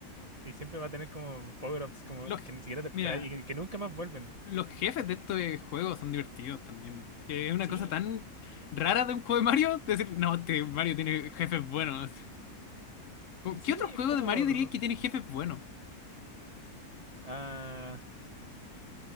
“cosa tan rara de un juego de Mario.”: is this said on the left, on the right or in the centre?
Left